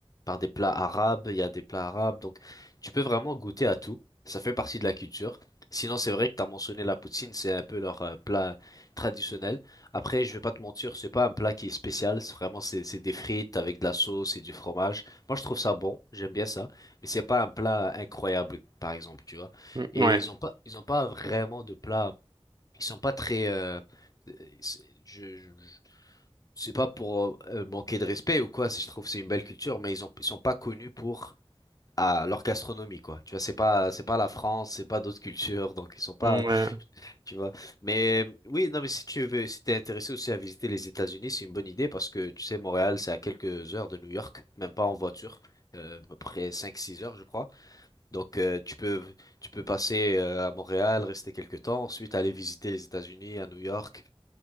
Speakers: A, on the left (about 35°); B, on the right (about 45°).
A: par des plats arabes, il y a des plats arabes. Donc, tu peux vraiment goûter à tout. Ça fait partie de la culture. Sinon, c'est vrai que t'as mentionné la poutine, c'est un peu leur euh, plat traditionnel. Après, je vais pas te mentir, c'est pas un plat qui est spécial. C'est vraiment, c'est c'est des frites avec de la sauce et du fromage. Moi, je trouve ça bon. J'aime bien ça. Mais c'est pas un plat incroyable, par exemple, tu vois.
B: Mm,
A: Et
B: Ouais,
A: ils ont pas, ils ont pas vraiment de plat. Ils sont pas très. euh, euh, c'est- je, je- je- c'est pas pour euh, manquer de respect ou quoi. c'est- Je trouve que c'est une belle culture, mais ils ont, ils sont pas connus pour ah, leur gastronomie, quoi. Tu vois, c'est pas, c'est pas la France, c'est pas d'autres cultures, donc ils sont pas,
B: Mmh, ouais,
A: tu vois. Mais euh, oui, non, mais si tu veux, si t'es intéressé aussi à visiter les États-Unis, c'est une bonne idée parce que tu sais, Montréal, c'est à quelques heures de New York, même pas en voiture, euh, à peu près cinq six heures, je crois. Donc, euh, tu peux, tu peux passer euh, à Montréal, rester quelques temps, ensuite aller visiter les États-Unis, à New York.